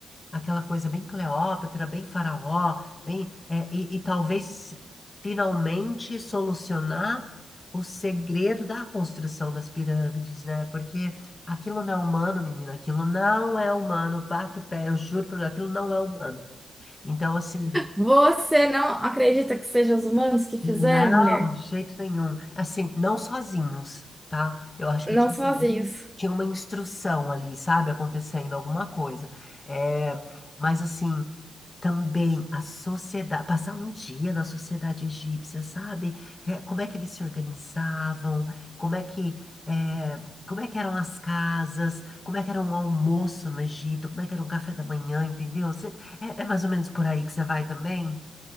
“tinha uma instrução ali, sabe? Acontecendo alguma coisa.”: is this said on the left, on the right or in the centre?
Left